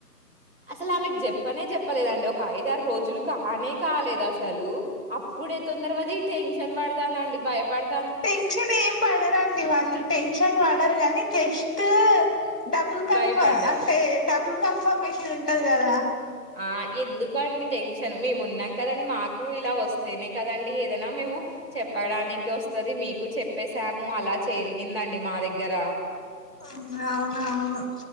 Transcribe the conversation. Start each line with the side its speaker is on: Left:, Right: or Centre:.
Right: అసలు ఆమెకు చెప్పనే చెప్పలేదండి ఒక ఐదారోజులు కానే కాలేదు అసలు అప్పుడే తొందర వది టెన్ న్ పడతానండి భయపడ్
Left: టెన్షన్ ఏం పడరండి వాళ్ళు టెన్షన్ పడరు గానీ జస్ట్ డబుల్ కన్ఫ
Right: భయపడ్డారా
Left: అంటే డబుల్ కన్ఫ న్ఫమేషన్ ఉంటది కదా
Right: ఆ ఎందుకు అండి టెన్షన్ మేమున్నాం కదండి మాకు ఇలా వస్తేనే కదండి ఏదైనా మేము చెప్పడానికి వస్తది మీకు చెప్పేసాము అలా చేరిగిందండి మా దగ్గర
Left: అవున అవునవును